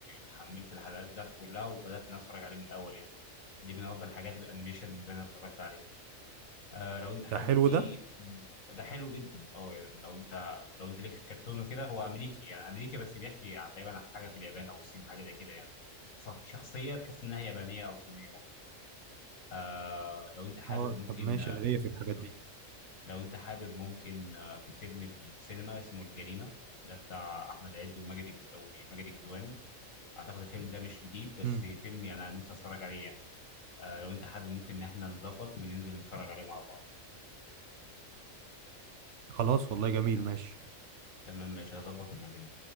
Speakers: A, on the left; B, on the right.
A: حملت الحلقات بتاعته كلها وبدات ان أنا اتفرج عليه من الاول يعني دي من افضل الحاجات الانيميشن اللي انا اتفرجت عليها آه لو انت حابب
B: ده حلو
A: فيه
B: ده
A: ده حلو جدا اه يعني لو انت لو انت ليك في الكرتون وكده هو امريكي يعني امريكي بس بيحكي يعني تقريبا عن حاجه في اليابان او الصين حاجه زي كده يعني ص- شخصيه تحس انها يابانيه او صينيه ممكن آه لو انت حابب
B: اه
A: ممكن
B: طب ماشي انا ليا في الحاجات دي
A: لو انت حابب ممكن آه، في فيلم في السينما اسمه الجريمة ده بتاع احمد عز وماجد الك- او ماجد الكدواني اعتقد الفيلم ده مش جديد بس
B: امم
A: فيلم يعني انا نفسي اتفرج عليه يعني آه، لو انت حابب ممكن ان احنا نظبط وننزل نتفرج عليه مع بعض
B: خلاص والله جميل ماشي
A: تمام ماشي هظبط وكلمني